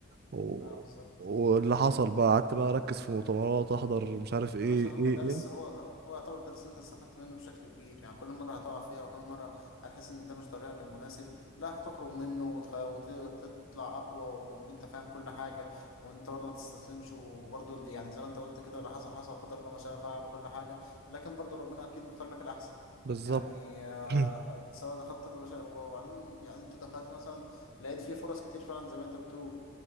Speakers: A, on the right; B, on the left.
A: و...
B: اه بالظبط
A: واللي حصل بقى قعدت بقى اركز في مؤتمرات احضر مش عارف ايه
B: يا باشا هو
A: ايه
B: درس
A: ايه
B: هو هو يعتبر درس انت استفدت منه بشكل كبير يعني كل مره هتقع فيها وكل مره هتحس ان ده مش طريقك المناسب لا هتخرج منه وتخ- وت- وتطلع اقوى وان انت فاهم كل حاجه وان انت برضه ما تستسلمش وبرضه اللي- يعني زي ما انت قلت كده اللي حصل حصل وقدر الله ما شاء فعل وكل حاجه لكن برضه ربنا اكيد مختار لك الاحسن
A: بالظبط
B: يعني آه،
A: <clears throat>
B: سواء دخلت طب بشري وبعدين يعني انت دخلت مثلا لقيت فيه فرص كتير فعلا زي ما انت بتقول